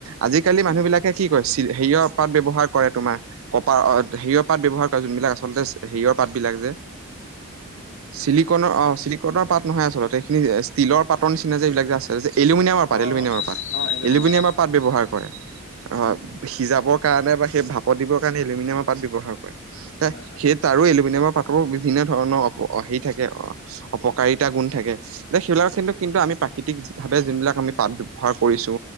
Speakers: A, on the right; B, on the left.
A: আজিকালি মানুহ
B: উম,
A: বিলাকে কি কয় চি হেৰিয়ৰ পাত ব্যৱহাৰ কৰে তোমাৰ? কপাৰ অ হেৰিয়ৰ পাত ব্যৱহাৰ কৰে যোনবিলাক আচলতে এছ হেৰিয়ৰ পাত বিলাক যে, ছিলিকনৰ অঁ ছিলিকনৰ পাত নহয় আচলতে এইখিনি এ ষ্টিলৰ পাতৰ নিচিনা যে এইবিলাক যে আছে! তাছত যে এলুমিনিয়ামৰ পাত
B: অ',
A: এলুমিনিয়ামৰ পাত
B: অ', এলুমিনিয়াম
A: এলুমিনিয়ামৰ পাত ব্যৱহাৰ কৰে! অঁ
B: উম, উম,
A: সিজাবৰ কাৰণে বা সেই ভাপত দিবৰ কাৰণে এলুমিনিয়ামৰ পাত ব্যৱহাৰ কৰে! ত
B: হয়, হয়,
A: সেই তাৰো এলুমিনিয়ামৰ পাতৰ বিভিন্ন ধৰণৰ অপ হেৰি থাকে, কে অঁ, অপকাৰিতা গুণ থাকে! যে সেইবিলাক চিনটো কিন্তু আমি প্ৰাকৃতিক ভাৱে যোনবিলাক আমি পাত ব্যৱহাৰ কৰিছো!